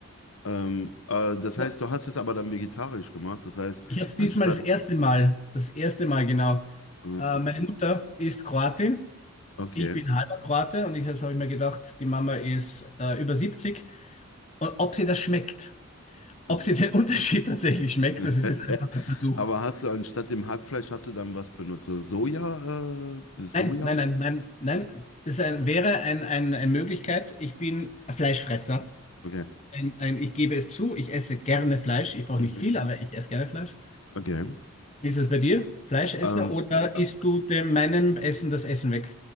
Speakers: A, on the left; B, on the left.
A: Ähm, äh, das
B: Ja.
A: heißt, du hast es aber dann vegetarisch gemacht. Das heißt,
B: Ich habe es
A: anstatt.
B: diesmal das erste Mal, das erste Mal genau.
A: äh,
B: Äh,
A: Okay.
B: meine Mutter ist Kroatin,
A: Okay.
B: ich bin halber Kroate und ich, das habe ich mir gedacht, die Mama ist äh, über 70. Und ob sie das schmeckt, ob
A: Mhm.
B: sie den <laughs> Unterschied tatsächlich schmeckt,
A: <laughs>
B: das ist jetzt einfach ein Versuch.
A: Aber hast du anstatt dem Hackfleisch hast du dann was benutzt? So Soja? Äh, dieses
B: Nein,
A: Soja?
B: nein, nein, nein, nein. Es ein, wäre ein, ein, eine Möglichkeit. Ich bin ein Fleischfresser.
A: Okay.
B: Ein, ein, ich gebe es zu, ich esse gerne Fleisch. Ich brauche
A: Mhm.
B: nicht viel, aber ich esse gerne Fleisch.
A: Okay.
B: Wie ist es bei dir? Fleischesser
A: Ähm,
B: oder
A: äh,
B: isst du dem meinem Essen das Essen weg?